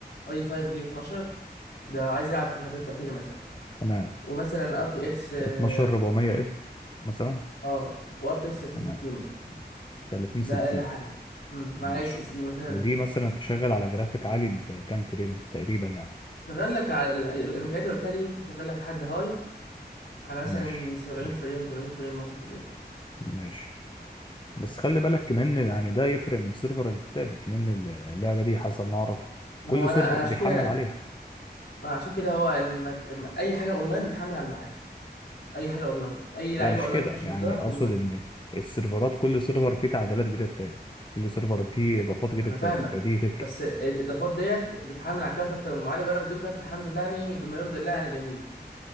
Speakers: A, on the left; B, on the left.
A: اي 5 جي 12 ده لو عايز يلعب من غير تقطيع مثلا
B: تمام
A: ومثلا ار تي اكس اه
B: 12400 اف مثلا
A: آه، وار تي اكس 3060
B: تمام
A: مثلا
B: 30
A: ده
B: 60
A: اقل حاجه امم مع
B: ماشي
A: اس اس دي مثلا
B: ودي
A: وكده
B: مثلا
A: يعني
B: تشغل على جرافيك عالي بكام فريم تقريبا يعني
A: شغال لك على ال- الامكانيات اللي قلتها دي ممكن تشغل لك حد هاي على مثلا
B: ماشي
A: 70
B: طيب،
A: فريم 80 فريم وسط كده
B: ماشي بس خلي بالك كمان يعني ده يفرق من سيرفر للتاني كمان اللعبة دي حسب ما أعرف
A: ما
B: كل
A: هو
B: سيرفر
A: انا انا عشان
B: بيحمل
A: كده
B: عليها
A: ما عشان كده هو الم... اي حاجه اونلاين بتحمل على المعالج اي حاجه اونلاين اي لعيبه
B: لا مش
A: اونلاين
B: كده
A: بتخش
B: يعني
A: ضدها اونلاين
B: أقصد إن السيرفرات كل سيرفر فيه تعديلات غير التاني كل سيرفر فيه إضافات غير
A: انا
B: التاني
A: فاهمك
B: فدي تفرق
A: بس الاضافات ديت بتحمل على كارت اكتر من معالج وانا مديله كارت الحمد لله يعني بما يرضي الله يعني جميل